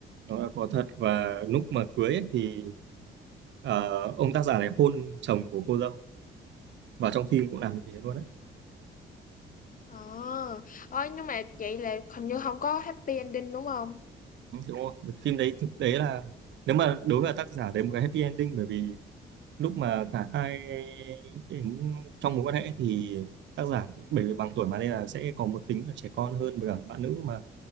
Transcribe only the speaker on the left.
Ờ, à, nhưng mà vậy là hình như không có happy ending đúng không?